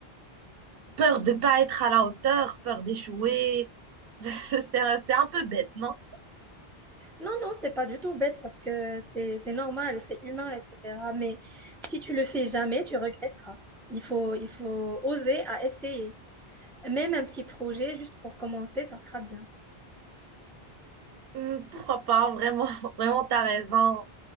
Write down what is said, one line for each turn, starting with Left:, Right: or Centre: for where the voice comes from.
Right: peur de pas être à la hauteur, peur d'échouer. <laughs> C'est un, c'est un peu bête, non?
Centre: Non, non, c'est pas du tout bête parce que c'est c'est normal, c'est humain, etc. Mais si tu le fais jamais, tu regretteras. Il faut il faut oser à essayer. Même un petit projet juste pour commencer, ça sera bien.
Right: Hum, Pourquoi pas? Vraiment, <laughs> vraiment, t'as raison.